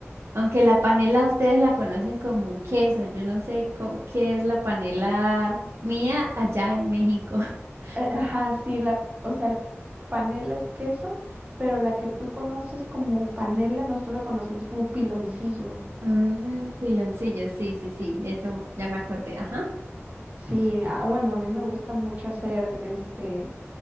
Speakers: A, on the right (about 65°); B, on the right (about 30°).
A: Aunque la panela ustedes la conocen como un queso, yo no sé co- qué es la panela mía allá en México. <laughs>
B: Eh, Ajá, sí, la, o sea, el panela es queso, pero la que tú conoces como panela, nosotros la conocemos como piloncillo.
A: Mm, piloncillo, sí, sí, sí, eso ya me acordé, ajá.
B: Sí, ah, bueno, a mí me gusta mucho hacer, este,